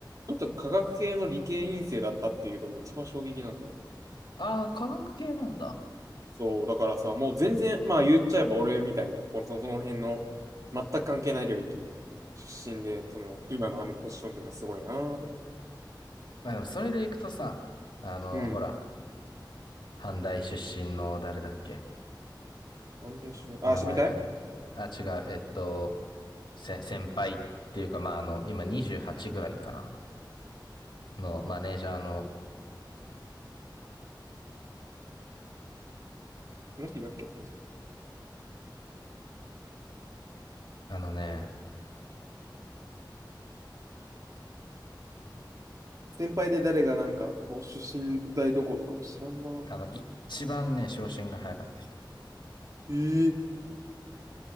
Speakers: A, on the right (about 45°); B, on the left (about 75°).
A: の人科学系の理系院生だったっていうのが一番衝撃なんだよね。
B: ああ、科学系なんだ。
A: そう、だからさ、もう全然、まあ言っちゃえば俺みたいな、そこの、そのその辺の全く関係ない領域出身で、その、今のあのポジションっていうのはすごいなぁと思って。
B: まあでも、それでいくとさ、あの、
A: うん。
B: ほら、阪大出身の誰だっけ
A: なんで出身、あ、
B: 名前が、
A: 知みたい
B: あ、違う、えっと、せ、先輩っていうか、まああの、今28ぐらいかな。のマネージャーの
A: この人いたっけその人
B: あのね、
A: 先輩で誰がなんか、こう出身大どことかも知らんな
B: あの、一番ね、昇進が早かった人。
A: えー、